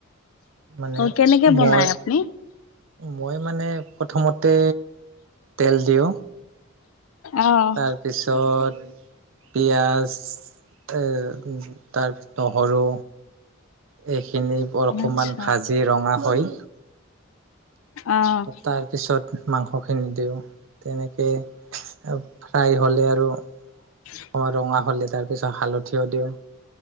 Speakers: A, on the right; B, on the left.
A: মানে
B: অ কেনেকে বনাই
A: মই
B: আপুনি।
A: মই মানে প্ৰথমতে তেল দিওঁ।
B: অ',
A: তাৰপিছত। পিঁয়াজ এ তাৰপিছত নহৰু। এইখিনি অকমান
B: আচ্ছা
A: ভাজি ৰঙা হয়।
B: অ',
A: তাৰ পিছত মাংস খিনি দিওঁ তেনেকে। ফ্ৰাই হলে আৰু।
B: <unintelligible>
A: অকণমান ৰঙা হ'লে তাৰপিছত হালধিও দিওঁ